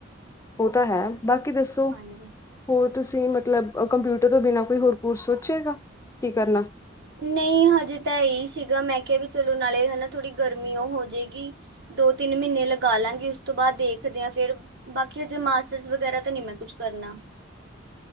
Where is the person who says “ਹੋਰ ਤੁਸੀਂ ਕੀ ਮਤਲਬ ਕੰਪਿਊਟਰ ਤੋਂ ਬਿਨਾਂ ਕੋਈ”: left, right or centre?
Left